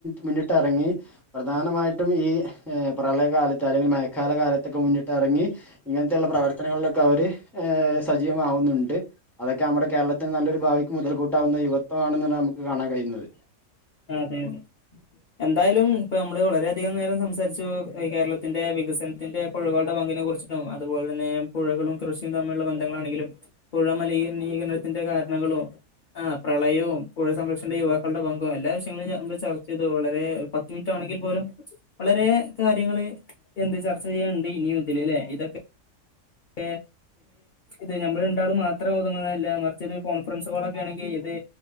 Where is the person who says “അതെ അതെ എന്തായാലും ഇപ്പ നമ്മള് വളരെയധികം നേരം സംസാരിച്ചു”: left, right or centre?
Left